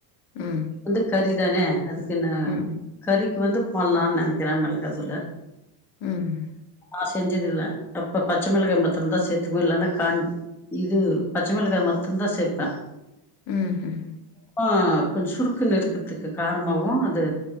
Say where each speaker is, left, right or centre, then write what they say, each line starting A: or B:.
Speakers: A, on the left; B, in the centre.
A: ம்
B: இது கறிதானே அதுக்கு நா
A: ம்
B: கறிக்கு வந்து போட்லா நெனைக்கிறே மெளகாதூளு
A: ம்
B: நா செஞ்சது இல்ல அப்ப பச்ச மெளகா மத்துர்ந்தா சேத்துக்குவ இல்லனா காஞ் இது பச்ச மெளகாய் மத்துர்ந்தா சேப்ப
A: ம் ஹும்
B: ஆ கொஞ் சுருக்குனு இருக்கற்துக்கு கார்ணமு அது